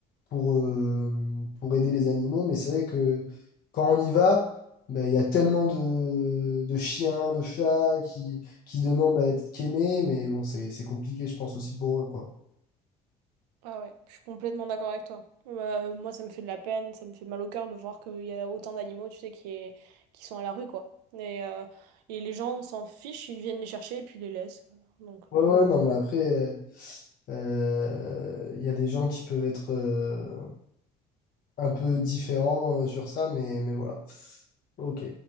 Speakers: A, on the left (about 45°); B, on the right (about 75°).
A: pour, euh, pour aider les animaux. Mais c'est vrai que quand on y va, ben, il y a tellement de, de chiens, de chats qui, qui demandent à être qu'aimés. Mais bon, c'est, c'est compliqué, je pense, aussi pour eux, quoi.
B: Ah ouais, je suis complètement d'accord avec toi. Euh, moi, ça me fait de la peine, ça me fait mal au cœur de voir qu'il y a autant d'animaux, tu sais, qui, est- qui sont à la rue, quoi. Et, euh, et les gens s'en fichent, ils viennent les chercher et puis ils les laissent. Donc,
A: Ouais,
B: euh,
A: ouais, non, mais après, euh, euh, il y a des gens qui peuvent être euh, un peu différents euh, sur ça. Mais, mais voilà. OK.